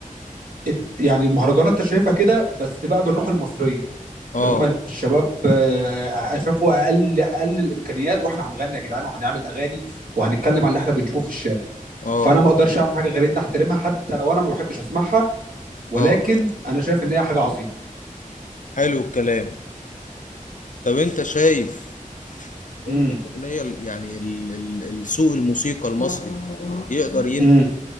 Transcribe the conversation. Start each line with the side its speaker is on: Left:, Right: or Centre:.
Right: ات- يعني المهرجانات انت شايفها كده بس بقى بالروح المصريه
Left: اه
Right: اللي هم الشباب آه، شافوا اقل اقل الامكانيات واحنا هنغني يا جدعان وهنعمل اغاني وهنتكلم عن اللي احنا بنشوفه في الشارع
Left: اه
Right: فانا ما اقدرش اعمل حاجه غير ان احترمها حتى لو انا ما بحبش اسمعها ولكن
Left: اه
Right: انا شايف ان هي حاجه عظيمه
Left: حلو الكلام طب انت شايف
Right: امم
Left: ان الاغنيه ال- يعني ال- ال- السوق الموسيقى المصري يقدر ين...
Right: امم